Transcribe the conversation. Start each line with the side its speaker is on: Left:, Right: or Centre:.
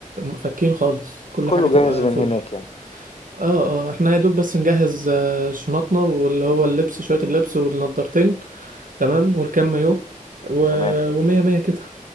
Right: فكين خالص كل
Left: كُلّه
Right: حاجه تبقى
Left: جاهز من
Right: فل
Left: هناك يعني،
Right: اه اه احنا يا دوب بس نجهز آه، شنطنا واللي هو اللبس شويه اللبس والنضارتين تمام والكم مايو و...
Left: تمام.
Right: ومية مية كده